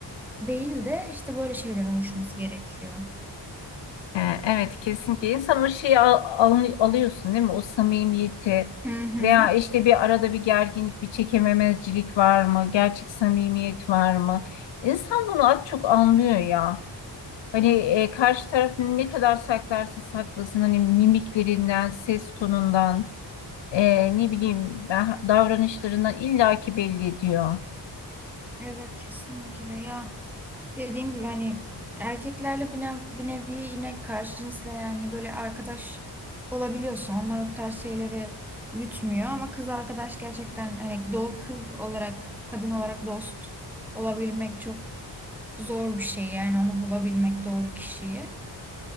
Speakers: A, in the centre; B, on the left (about 85°).
A: Değil de işte böyle şeylerin oluşması gerekiyor.
B: e, evet kesinlikle insan o şeyi al- al- alıyorsun değil mi? O samimiyeti
A: Hı hı.
B: veya işte bir arada bir gerginlik, bir çekememezcilik var mı? Gerçek samimiyet var mı? İnsan bunu az çok anlıyor ya. Hani e, karşı taraf ne kadar saklarsa saklasın hani mimiklerinden, ses tonundan, e, ne bileyim ben davranışlarından illaki belli ediyor.
A: Evet kesinlikle ya. dediğim gibi hani erkeklerle bir, ne- bir nevi yine karşı cinsle yani böyle arkadaş olabiliyorsun. Onlar o tarz şeyleri gütmüyor ama kız arkadaş gerçekten hani do kız olarak kadın olarak dost olabilmek çok zor bir şey yani onu bulabilmek doğru kişiyi.